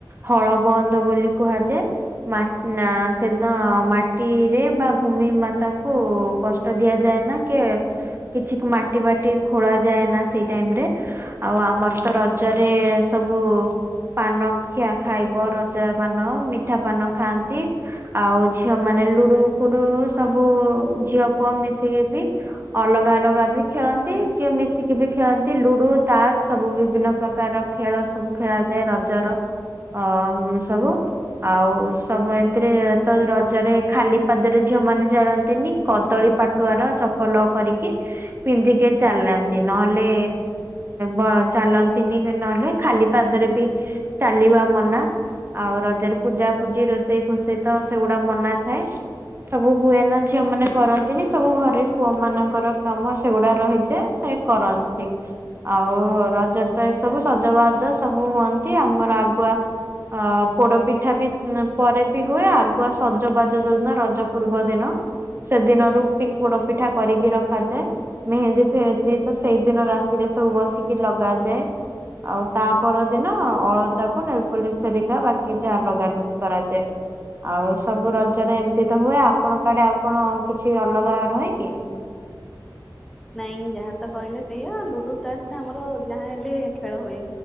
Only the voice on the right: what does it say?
ହଳ ବନ୍ଦ ବୋଲି କୁହାଯାଏ ନା ସେଦିନ ମାଟିରେ ବା ଭୂମି ମାତାଙ୍କୁ କଷ୍ଟ ଦିଆଯାଏନା କି କିଛି ମାଟି ବାଟି ଖୋଳା ଯାଏନା ସେଇ ଟାଇମ୍ ରେ ଆଉ ଆମର ତ ରଜରେ ସବୁ ପାନ ଖିଆ ଖାଇବ ରଜ ପାନ ମିଠା ପାନ ଖାଆ- ତି ଆଉ ଝିଅ ମାନେ ଲୁଡୁ ଫୁଡୁ ସବୁ ଝିଅ ପୁଅ ମିଶିକି ବି ଅଲଗା ଅଲଗା ବି ଖେଳନ୍ତି ଝିଅ ମିଶିକି ବି ଖେଳନ୍ତି ଲୁଡୁ ତାସ ସବୁ ବିଭିନ୍ନ ପ୍ରକାରର ଖେଳ ସବୁ ଖେଳାଯାଏ ରଜର ଅ ସବୁ ଆଉ ସବୁ ଏଥିରେ ତ ରଜରେ ଖାଲି ପାଦରେ ଝିଅ ମାନେ ଚାଲନ୍ତିନି କଦଳୀ ପାଟୁଆର ଚପଲ କରିକି ପିନ୍ଧିକି ଚାଲନ୍ତି ନହେଲେ ବ ଚାଲନ୍ତିନି କି ନହେଲେ ଖାଲି ପାଦରେ ବି ଚାଲିବା ମନା ଆଉ ରଜରେ ପୂଜା ପୂଜି ରୋଷେଇ ସ- ରୋଷେଇ ପୋଷେଇ ତ ସେଗୁଡା ମନା ଥାଏ ସବୁ ହୁଏ ନା ଝିଅ ମାନେ କରନ୍ତିନି ସବୁ ଘରେ ପୁଅ ମାନଙ୍କର କାମ ସେଗୁଡା ରହିଯାଏ ସେ କରନ୍ତି ଆଉ ରଜ ତ ଏସବୁ ସଜବାଜ ସବୁ ହୁଅନ୍ତି ଆମର ଆଗୁଆ ଅ ପୋଡ ପିଠା ବି- ପରେ ବି ହୁଏ ଆଗୁଆ ସଜବାଜ ଯୋଉ ଦିନ ରଜ ପୂର୍ବ ଦିନ ସେଦିନରୁ ବି ପୋଡ ପିଠା କରିକି ରଖାଯାଏ ମେହେନ୍ଦୀ ଫେହେନ୍ଦି ତ ସେଇଦିନ ରାତିରେ ସବୁ ବସିକି ଲଗାଯାଏ ଆଉ ତା ପର ଦିନ ଅଳତାକୁ ନେଲ୍- ପୋଲିସ୍ ହେରିକା ବାକି ଯାହା ଲଗାଲୁ- କରାଯାଏ ଆଉ ସବୁ ରଜରେ ଏମିତି ତ ହୁଏ ଆପଣଙ୍କ ଆଡେ ଆଉ କଣ କିଛି ଅଲଗା ରହେ କି?